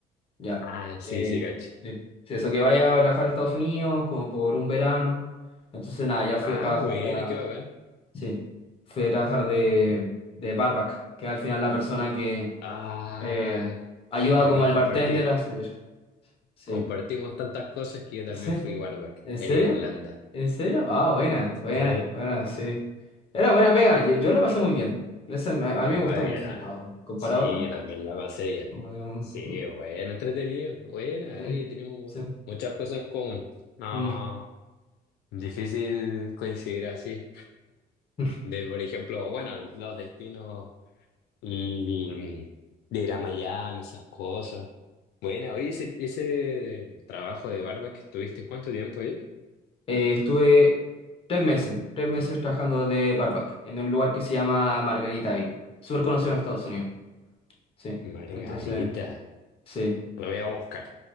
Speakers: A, on the left (about 35°); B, on the left (about 75°).
A: Ya.
B: Ah,
A: Eh,
B: sí, sí, cacho.
A: Sí. Sí, eso que vaya a trabajar a Estados Unidos como por un verano. Entonces, nada, ya fui
B: Ah,
A: a trabajar
B: bueno,
A: a...
B: qué bacán.
A: Sí, fui a trabajar de, de barback, que al final la persona que
B: Ah,
A: eh, ayuda
B: Joaquín,
A: como al
B: compartí.
A: bartender a servir. Sí.
B: Compartimos tantas cosas que yo también
A: Sí.
B: fui barback
A: ¿En
B: en
A: serio?
B: Irlanda.
A: ¿En serio? Ah, buena,
B: Sí.
A: buena, buena, sí. Era buena pega, yo, yo la pasé muy bien. Ese me- a mí me
B: No
A: gustó
B: había
A: mucho
B: nada.
A: ese trabajo. Comparado
B: Sí,
A: a otro,
B: yo también la pasé bien.
A: como que, mm,
B: Sí,
A: mm,
B: bueno, entretenido, buena.
A: sí,
B: Oye, tenemos
A: sí.
B: muchas cosas en común. No,
A: Mm.
B: difícil coincidir así.
A: mm.
B: De, por ejemplo, bueno, los destinos mm, de ir a Miami, esas cosas. Bueno, oye, ese, ese trabajo de barba que estuviste, ¿cuánto tiempo ahí?
A: Eh, estuve tres meses, tres meses trabajando de barback en un lugar que se llama Margaritaville. Súper conocido en Estados Unidos. Sí,
B: Margarita.
A: entonces, sí,
B: Lo voy a buscar.